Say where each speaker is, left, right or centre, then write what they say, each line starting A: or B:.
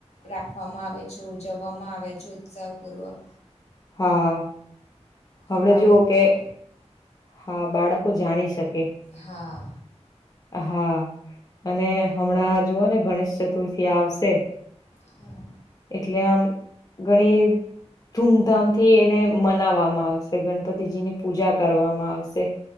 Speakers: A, on the left; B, on the left.
A: રાખવામાં આવે છે ઉજવવામાં આવે છે ઉત્સાહપૂર્વક
B: હા
A: કે
B: આપડ
A: બાળકો
B: જોુઓ કે હા બાળકો જાણી શકે
A: હા
B: હા અને હમણાં જોુવ ને ગણેશ ચતુર્થી આવશે
A: હા
B: એટલે આમ ગણી ધૂમધામથી એને મનાવવામાં આવે ગણપતિજી ની પૂજા કરવામાં આવશે